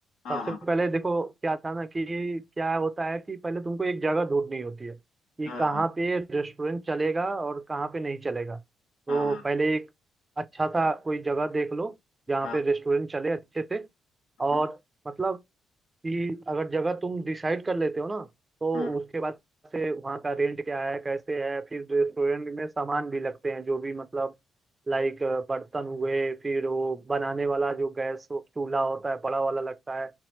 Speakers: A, on the left; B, on the right.
A: हाँ
B: सबसे
A: हाँ
B: पहले देखो क्या था ना कि क्या होता है कि पहले तुमको एक जगह ढूंढनी होती है कि
A: हाँ
B: कहाँ
A: हाँ
B: पे रेस्टोरेंट चलेगा और कहाँ पे नहीं चलेगा तो
A: हाँ हाँ
B: पहले एक अच्छा सा कोई जगह देख लो जहाँ
A: हाँ
B: पे रेस्टोरेंट चले अच्छे से और
A: हाँ,
B: मतलब कि अगर जगह तुम डिसाइड कर लेते हो ना तो
A: हम्म
B: उसके बाद से वहाँ का रेंट क्या है कैसे है फिर रेस्टोरेंट में सामान भी लगते हैं जो भी मतलब लाइक बर्तन हुए फिर वो बनाने वाला जो गैस चूल्हा होता है बड़ा वाला लगता है